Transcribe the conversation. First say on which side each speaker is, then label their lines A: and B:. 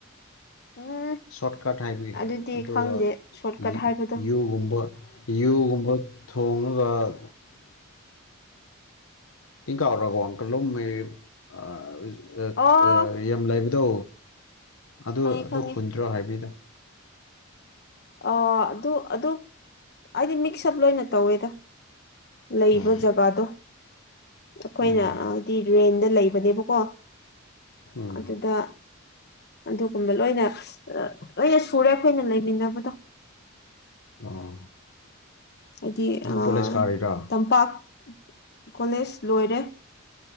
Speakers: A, on the left; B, on the left.
A: ꯎꯝ
B: ꯁꯣꯔꯠꯀꯠ ꯍꯥꯏꯕꯒꯤ
A: ꯑꯗꯨꯗꯤ
B: ꯑꯗꯣ
A: ꯈꯪꯗꯦ ꯁꯣꯔꯠꯀꯠ
B: ꯌꯨ
A: ꯍꯥꯏꯕꯗꯣ
B: ꯌꯨꯨꯒꯨꯝꯕ ꯌꯨꯒꯨꯝꯕ ꯊꯣꯡꯉꯒ <inaudible> ꯇꯤꯡ ꯀꯥ ꯑꯣꯏꯔꯒꯣ ꯑꯪꯀꯜ ꯂꯣ ꯑꯩ
A: ꯑꯣ
B: ꯌꯥꯝ ꯂꯥꯏꯕꯗꯣ ꯑꯗꯨ
A: ꯈꯪꯉꯦ
B: ꯑꯗꯨ
A: ꯈꯪꯉꯦ
B: ꯍꯨꯟꯗ꯭ꯔꯣ ꯍꯥꯏꯕꯅꯤꯗ
A: ꯑꯩ ꯑꯗꯨ ꯑꯗꯨ ꯍꯥꯏꯗꯤ ꯃꯤꯛꯁ ꯎꯞ ꯂꯣꯏꯅ ꯇꯧꯋꯦꯗ ꯂꯩꯕ
B: ꯑꯣ
A: ꯖꯒꯥꯗꯣ ꯑꯩꯈꯣꯏꯅ
B: ꯎꯝ
A: ꯍꯥꯏꯗꯤ ꯔꯦꯟꯗ ꯂꯩꯕꯅꯦꯕꯀꯣ
B: ꯎꯝ
A: ꯑꯗꯨꯗ ꯑꯗꯨꯒꯨꯝꯕ ꯂꯣꯏꯅ ꯂꯣꯏꯅ ꯁꯨꯔꯦ ꯑꯩꯈꯣꯏꯅ ꯂꯩꯃꯤꯟꯅꯕꯗꯣ
B: ꯑꯣ
A: ꯍꯥꯏꯗꯤ
B: ꯅꯪ
A: ꯑ
B: ꯀꯣꯂꯦꯖ ꯀꯥꯔꯤꯔꯥ
A: ꯇꯝꯄꯥꯛ ꯀꯣꯂꯦꯖ ꯂꯣꯏꯔꯦ